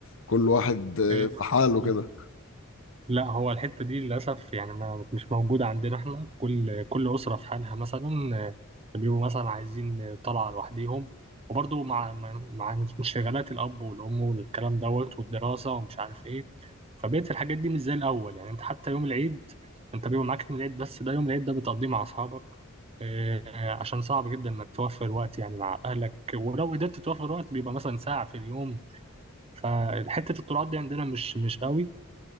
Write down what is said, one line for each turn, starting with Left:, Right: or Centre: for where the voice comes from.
Left: كل واحد آه،
Right: <laughs>
Left: في حاله كده
Right: لا هو الحتة دي للأسف يعني ما مش موجودة عندنا احنا كل كل أسرة في حالها مثلا آه، بيبقوا مثلا عايزين آه، طلعة لوحديهم وبرضه مع مع مع انشغالات الأب والأم والكلام دوت والدراسة ومش عارف إيه فبقيت الحاجات دي مش زي الأول يعني أنت حتى يوم العيد أنت بيبقى معاك يوم العيد بس ده يوم العيد ده بتقضيه مع أصحابك آه، عشان صعب جدا إنك توفر وقت يعني مع أهلك ولو قدرت توفر وقت بيبقى مثلا ساعة في اليوم فحتة الطلعات دي عندنا مش مش قوي